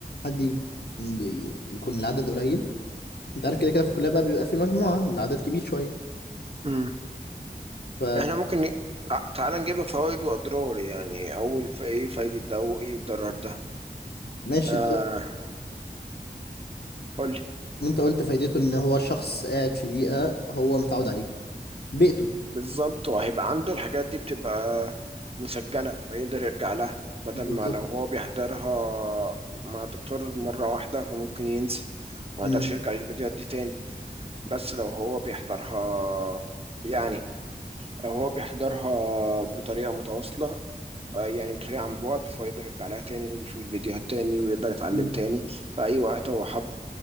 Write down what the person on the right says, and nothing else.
مم.
احنا ممكن ن- تع- تعال نجيبها فوائد واضرار يعني اول ف- ايه فايدة ده وايه الضرر ده
آه
قول لي.
بالظبط وهيبقى عنده الحاجات دي بتبقى مسجلة فيقدر يرجع لها بدل
ما لو هو بيحضرها مع دكتور مرة واحدة فممكن ينسى ما
يقدرش يرجع للفيديوهات دي تاني بس لو هو بيحضرها يعني لو هو بيحضرها بطريقة متواصلة آه، يعني بطريقة عن بعد فيقدر يرجع لها تاني ويشوف الفيديوهات تاني ويقدر يتعلم
تاني في أي وقت هو حبه